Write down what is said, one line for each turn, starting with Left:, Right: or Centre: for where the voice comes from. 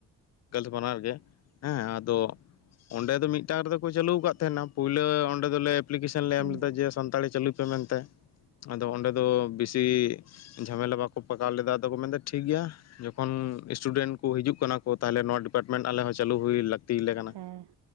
Left: <inaudible> ᱵᱟᱱᱟᱨ ᱜᱮ ᱦᱮᱸ ᱟᱫᱚ ᱚᱸᱰᱮ ᱫᱚ ᱢᱤᱫ ᱮᱛᱟᱜ ᱨᱮᱫᱚᱠᱚ ᱪᱟᱹᱞᱩᱣ ᱟᱠᱟᱫ ᱛᱟᱦᱮᱱᱟ ᱯᱩᱭᱞᱟᱹ ᱚᱸᱰᱮ ᱫᱚᱞᱮ ᱮᱯᱞᱤᱠᱮᱥᱚᱱ ᱞᱮ
Right: ᱦᱮᱸ
Left: ᱮᱢ ᱞᱮᱫᱟ ᱡᱮ ᱥᱟᱱᱛᱟᱲᱤ ᱪᱟᱹᱞᱩᱭ ᱯᱮ ᱢᱮᱱᱛᱮ,
Right: <unintelligible>
Left: ᱟᱫᱚ ᱚᱸᱰᱮ ᱫᱚ ᱵᱤᱥᱤ ᱡᱷᱟᱢᱮᱞᱟ ᱵᱟᱠᱚ ᱯᱟᱠᱟᱣ ᱞᱮᱫᱟ ᱟᱫᱚ ᱠᱚ ᱢᱮᱱᱫᱟ ᱴᱷᱤᱠ ᱜᱮᱭᱟ᱾ ᱡᱚᱠᱷᱚᱱ ᱥᱴᱩᱰᱮᱱᱴ ᱠᱚ ᱦᱤᱡᱩᱜ ᱠᱟᱱᱟ ᱠᱚ ᱛᱟᱦᱚᱞᱮ ᱱᱚᱣᱟ ᱰᱤᱯᱟᱨᱴᱢᱮᱱᱴ ᱟᱞᱮ ᱦᱚᱸ ᱪᱟᱹᱞᱩ ᱦᱩᱭ ᱞᱟᱹᱠᱛᱤᱞᱮ ᱠᱟᱱᱟ ᱾
Right: ᱦᱮᱸ